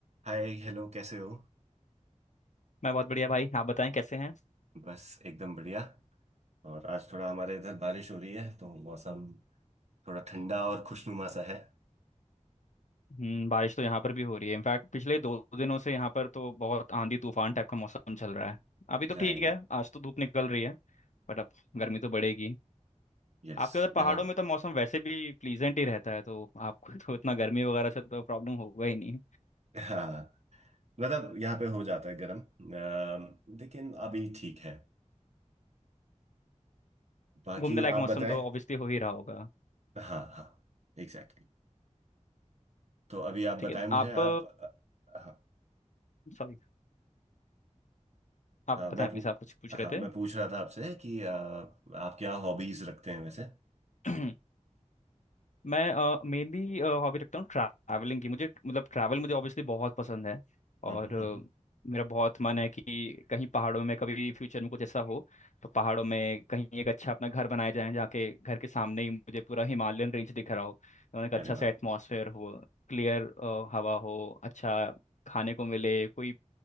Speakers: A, on the right; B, on the left.
A: हाय hello कैसे हो
B: मैं बहुत बढ़िया भाई आप बताएं कैसे हैं
A: बस एकदम बढ़िया और आज थोड़ा हमारे इधर बारिश हो रही है तो मौसम थोड़ा ठंडा और खुशनुमा सा है
B: हम्म बारिश तो यहाँ पर भी हो रही है इनफैक्ट पिछले दो दिनों से यहाँ पर तो बहुत आंधी तूफान टाइप का मौसम चल रहा है अभी तो
A: राइट
B: ठीक है आज तो धूप निकल रही है बट अब गर्मी तो बढ़ेगी
A: यस
B: आपके उधर पहाड़ों
A: यहाँ
B: में तो मौसम वैसे भी प्लीजेंट ही रहता है तो आपको तो इतना गर्मी वगैरह से तो प्रॉब्लम होगा ही नहीं
A: <laughs> हाँ मतलब यहाँ पे हो जाता है गर्म अम, लेकिन अभी ठीक है बाकी
B: घूमने लायक मौसम
A: आप बताएं
B: तो ऑब्वियसली हो ही रहा होगा
A: हाँ हाँ एग्जैक्टली exactly. तो अभी आप
B: ठीक
A: बताएं
B: है
A: मुझे
B: आप
A: आप अ, हाँ
B: सॉरी आप
A: हाँ मैं
B: बताएं प्लीज
A: पू,
B: आप कुछ पूछ रहे
A: हाँ मैं पूछ रहा था आपसे कि अ, आप क्या हॉबीज रखते हैं वैसे
B: थे <clears throat> मैं मेनली हॉबी रखता हूँ ट्रैवलिंग की मुझे मतलब ट्रैवल मुझे ऑब्वियसली बहुत पसंद है
A: हम्म
B: और
A: हम्म,
B: अ,
A: हम्म, हम्म।
B: मेरा बहुत मन है कि कहीं पहाड़ों में कभी फ्यूचर में कुछ ऐसा हो तो पहाड़ों में कहीं एक अच्छा अपना घर बनाया जाए जहाँ के घर के सामने ही मुझे पूरा हिमालयन रेंज दिख रहा हो तो एक अच्छा
A: अरे
B: सा
A: वाह
B: एटमॉस्फेयर हो क्लियर हवा हो अच्छा खाने को मिले कोई